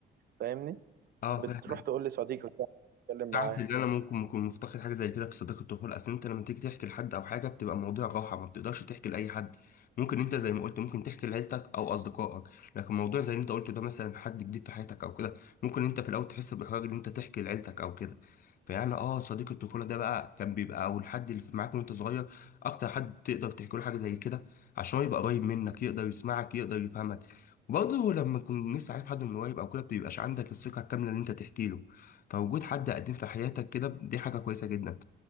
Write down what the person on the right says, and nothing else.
فاهمني
فبتروح
تقول لصديقك ده تتكلم
معاه